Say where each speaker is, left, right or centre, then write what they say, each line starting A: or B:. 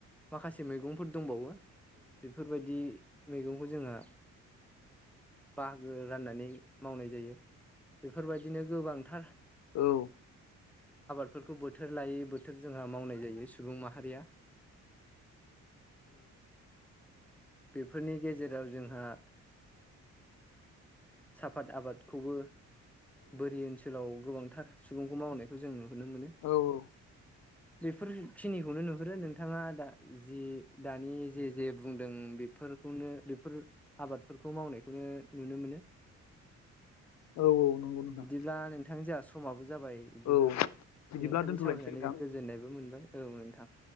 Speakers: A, in the centre; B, on the left.
A: माखासे मैगंफोर दंबावो ओ बेफोरबायदि मैगंखौ जोंहा बाहागो राननानै मावनाय जायो बेफोरबायदिनो गोबांथारो
B: औ।
A: बेफोरखौ बोथोर लायै बोथोर जोंहा मावनाय जायो सुबुं माहारिया बेफोरनि गेजेराव जोंहा साफात आबादखौबो बोरि ओनसोलाव गोबांथार सुबुंखौ मावनायखौ जों नुहोनो मोनो।
B: औ औ।
A: <inaudible> बेफोरखिनिखौनो नुहुरो नोंथाङा दा जि दानि जे जे बुंदों बेफोर खौनो बेफोर आबादफोरखौ मावनायखौनो नुनो मोनो।
B: औ औ नंगौ नोंथां।
A: बिदिब्ला नोंथां जोंहा समाबो जाबाय बिदिब्ला
B: औ बिदिब्ला
A: नोंथांनि
B: दोनथ'लायनोसै
A: सावरायनानै
B: नोंथां
A: गोजोननायबो मोनबाय औ नोन्थां।